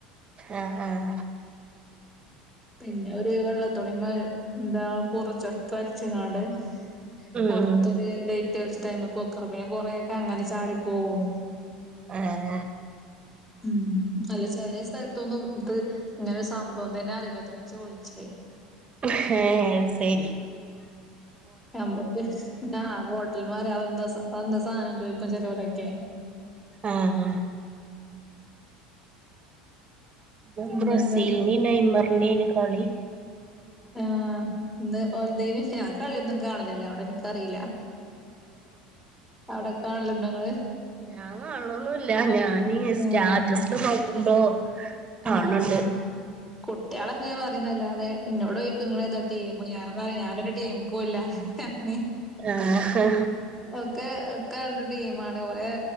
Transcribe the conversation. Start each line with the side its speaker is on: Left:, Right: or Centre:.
Right: ആഹ് ആഹ്
Centre: പിന്നെ ഒരു വെള്ള തുണീമേ എന്താ കൊറച്ച് എടുത്തരച്ചങ്ങാണ്ട്
Right: ഉം
Centre: പൊറത്തൊരു
Right: ഉം
Centre: ഡേറ്റൈസ് ടൈമൊക്കെ വെക്ക് പിന്നെ കൊറെേയൊക്കെ അങ്ങനെ ചാടി പോവും
Right: ഹെഹെ
Centre: ഉം അല്ല ചെലേ സ്ഥലത്തൊന്നും ഇത് ഇങ്ങനൊരു സംഭവം തന്നെ അറിയില്ല റ്റാ ഞാൻ ചോദിച്ചേ
Right: ഹേ അത്ശരി
Centre: നമ്മക്ക് ആ <unintelligible> സൽവാറോ അതെന്താ അതെന്താ സാധനം ചോദിക്കും ചെലൊലൊക്കെ
Right: ആഹ് ന്ന്
Centre: പിന്നെന്താണ്ട്
Right: ബ്രസിലിൻ്റെം നയ്മറിൻ്റേണ് കളി
Centre: ആഹ് ഇന്ന് ഓര്തയ്ന് ഞാൻ കളിയൊന്നും കാണലില്ല അവിടെ അറിയില്ല അവിടെ കാണലിണ്ടൊ ഇങ്ങള്
Right: ഞാൻ കാൺളൊന്നുല്ല ഞാന്
Centre: ഏഹ്.
Right: സ്റ്റാറ്റസില് നോക്കുമ്പോ കാണണ്ട്
Centre: ആഹ് കുട്ട്യാൾ അങ്ങനെ പറയുന്നല്ലാതെ ഇന്നോട് ചൊയിക്കും ഇങ്ങള് ഏതാ ടീമ് ഇന്നോഡ് ഞാൻ പറയും ഞാനൊരു ടീമുകൂല്ല <unintelligible>
Right: ആഹ്
Centre: ഒക്കെ ഒക്കെ രണ്ട് ടീമാണ് കൊറെ